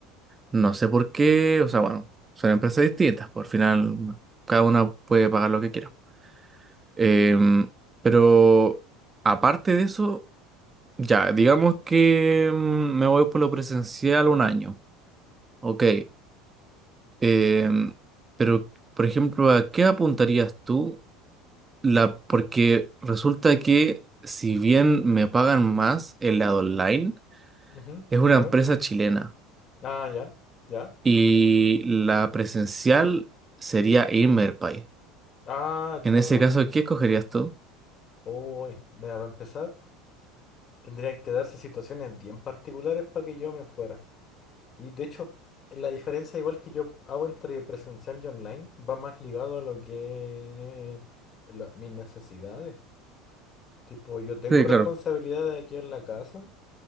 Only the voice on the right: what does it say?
no sé por qué, o sea, bueno, son empresas distintas, por final cada una puede pagar lo que quiera. Em, pero aparte de eso, ya, digamos que mm, me voy por lo presencial un año, ok. Em, pero, por ejemplo, ¿a qué apuntarías tú? La, porque resulta que si bien me pagan más el lado online,
es una
empresa chilena
y la presencial sería Inmerpay.
En ese caso, ¿qué escogerías tú?
Sí,
claro.